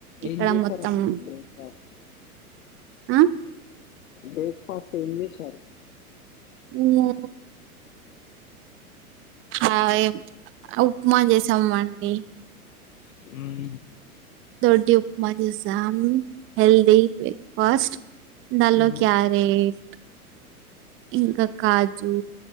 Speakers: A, on the right (about 25°); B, on the left (about 60°).
A: ఇక్కడ
B: ఏం చేసారండి
A: మొత్తం
B: మీరు బ్రేక్ ఫస్ట్
A: ఆ
B: బ్రేక్ఫాస్ట్ ఏం చేసారు
A: ము ఆ ఎ ఉప్మా చేసామండి
B: మ్
A: దోడ్డు ఉప్మా చేసాం హెల్దిీ బ్రేక్ఫాస్ట్ దన్లో
B: ఉమ్
A: క్యారేట్ ఇంకా కాజు